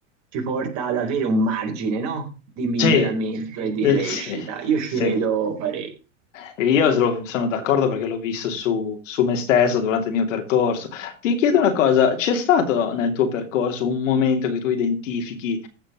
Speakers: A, on the right (about 45°); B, on the left (about 75°).
A: ci porta ad avere un margine, no? Di miglioramento
B: Sì,
A: e di
B: eh,
A: crescita.
B: sì,
A: Io ci
B: sì.
A: credo parecchio.
B: E Io sono sono d'accordo perché l'ho visto su, su me stesso durante il mio percorso. Ti chiedo una cosa, c'è stato nel tuo percorso un momento che tu identifichi